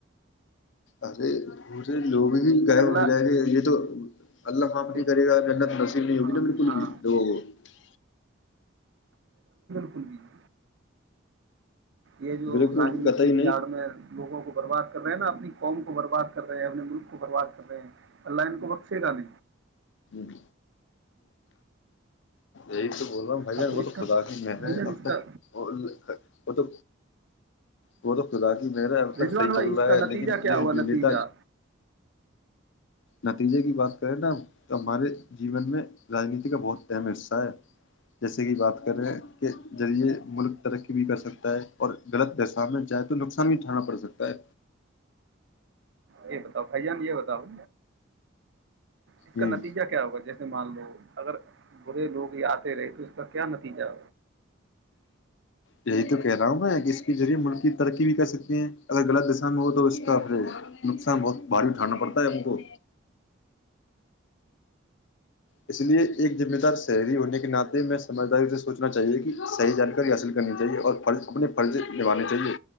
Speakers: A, on the left (about 65°); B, on the right (about 65°).
A: ارے <unintelligible> مجھے <unintelligible> لوگ ہی گائےب
B: اللہ
A: ہو جائے گے یہ تو اللہ خام نہیں
B: دیکھ
A: کرے گا منت نصیب نہیں
B: ہاں
A: ہوگی نا بالکل
B: ہاں
A: بھی لوگوں کو <unintelligible>
B: جچ <unintelligible> یہ جو
A: بالکل
B: رانیتی
A: قطعی
B: کی آڑ میں لوگوں کو برباد <unintelligible> کر رہے ہیں نا اپنی قوم کو برباد کر رہے ہیں اپنے ملک کو برباد کر رہے ہیں اللہ ان کو بق سےے ڈال
A: ہوں ہوں یہ تو بول رہا ہ بھان
B: ہاں
A: وہ تو
B: اس کا
A: خدا کی محنت
B: بھائی
A: ہے
B: جان
A: اب
B: اس
A: تک
B: کا
A: وہ تو وہ تو ف الحال میرا اب تک
B: رضوان
A: صحیح
B: بھائی
A: چل
B: اس
A: رہا
B: کا
A: ہے
B: نتیجہ
A: لیکن
B: کیا
A: ج
B: ہوا نتیجہ
A: ت نتیجے کی بات کرے نا تو ہمارے جیون میں رانیتی کا بہت ہم حصہ ہے جیسے کہ بات کرے کے ذریعے ملک ترقی بھی کر سکتا ہے اور غلط دشا میں جائےیں تو نقصان بھی اٹھانا پڑ سکتا ہے
B: یہ بتاؤ بھائییا نے یہ بتاؤ اس
A: ہوں
B: کا نتیجہ کیا ہوگا جیسے مان لو اگر بڑے لوگ آتے رہے تو اس کا کیا نتیجہ
A: یہی تو کہہ رہا ہوں میں کہ اس کے ذریعے ملک کی ترقی بھی کر سکتی ہیں اگر غلط دسان میں ہو تو اس کافری نقصان بہت بھارییٹھانوں پر قم کو اس لیے ایک ذمہ دار شہری ہونے کے ناطے میں سمجھداری سے سوچنا چاہیے کہ صحیح جانکاری حاصل کرنی چاہیے اور فرض اپنے فرض لوانے چاہیے